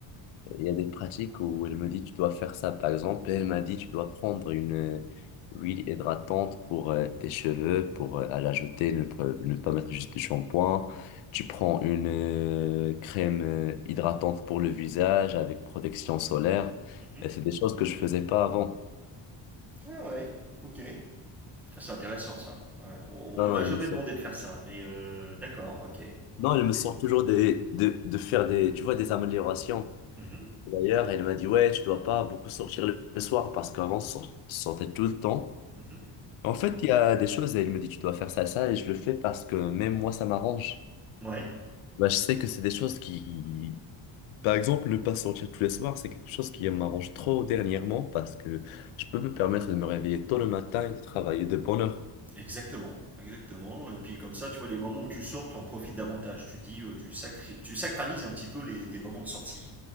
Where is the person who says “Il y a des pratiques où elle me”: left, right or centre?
Left